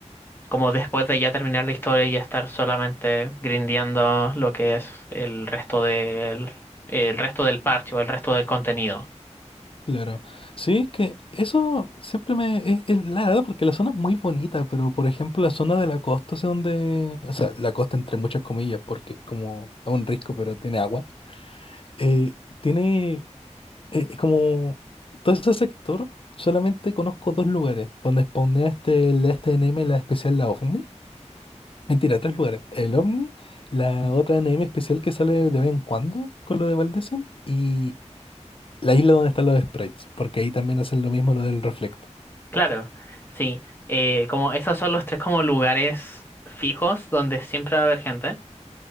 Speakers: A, on the left; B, on the left.
A: como después de ya terminar la historia y estar solamente grindeando lo que es el resto del el resto del parche o el resto del contenido.
B: claro. Sí, es que eso siempre me... Es, es la verdad porque la zona es muy bonita, pero por ejemplo la zona de la costa, hacia donde... O sea, la costa entre muchas comillas, porque es como a un risco, pero tiene agua. eh, tiene... eh, es como... Todo ese sector, solamente conozco dos lugares, donde spawnea este, la STNM, la especial, la OVNI. Mentira, tres lugares. El OVNI, la otra anime especial que sale de vez en cuando con lo de Valdesim y la isla donde están los sprites, porque ahí también hacen lo mismo lo del reflecto.
A: Claro, sí. Eh, como esos son los tres como lugares fijos donde siempre va a haber gente.